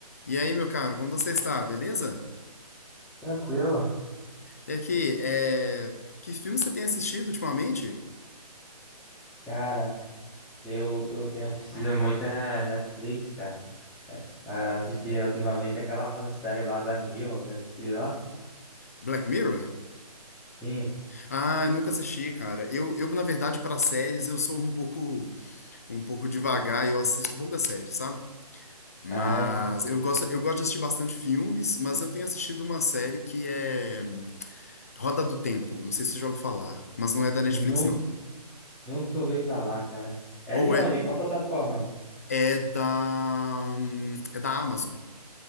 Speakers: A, on the left; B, in the centre.
A: E aí, meu caro, como você está? Beleza?
B: Tranquilo.
A: E aqui, é... que filme você tem assistido ultimamente?
B: Cara, eu, eu tenho assistido muita Netflix, cara. Ah, Assisti ultimamente aquela série lá, Black Mirror, já assistiu lá?
A: Black Mirror?
B: Sim.
A: Ah, eu nunca assisti, cara. Eu, eu na verdade, para séries, eu sou um pouco, um pouco devagar, eu assisto poucas séries, sabe? Mas
B: Ai,
A: eu gosto, eu gosto de assistir bastante filmes, mas eu tenho assistido uma série que é Roda do Tempo. Não sei se você já ouviu falar, mas não é da Netflix,
B: nu,
A: não.
B: nunca ouvi falar, cara. É
A: Ou
B: de onde?
A: é,
B: Qual plataforma?
A: é da, hum, é da Amazon.